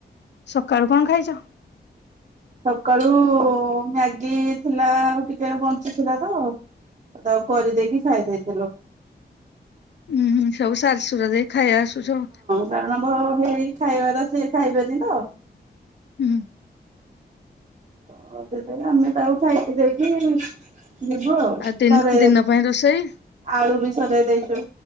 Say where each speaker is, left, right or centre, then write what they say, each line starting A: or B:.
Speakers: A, on the left; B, on the right.
A: ସକାଳୁ କଣ ଖାଇଛ।
B: ସକାଳୁ ମ୍ୟାଗି ଥିଲା ଆଉ ଟିକେ ବଞ୍ଚିଥିଲା ତ ତାଉ କରିଦେଇକି ଖାଇ ଦେଇେଇଥିଲୁ।
A: ହୁଁ ହଁ ସବୁ ସାରା ସୁରା ଦେଇ ଖାଇ ଆସୁଚ।
B: କାରଣବ ହେଇ ଖାଇବାର ସିଏ ଖାଇବେନି ତ
A: ହୁଁ
B: ତ ସେଇତୀ ଇଁ ଆମେ ତାକୁ ଖାଇକି ଦେଇକି ଯିବୁ ଆଉ
A: ଦିନ୍
B: ସରେ
A: ଦିନ ପାଇଁ ରୋଷେଇ?
B: ଆଳୁ ବି ସରେଇ ଦେଇଛୁ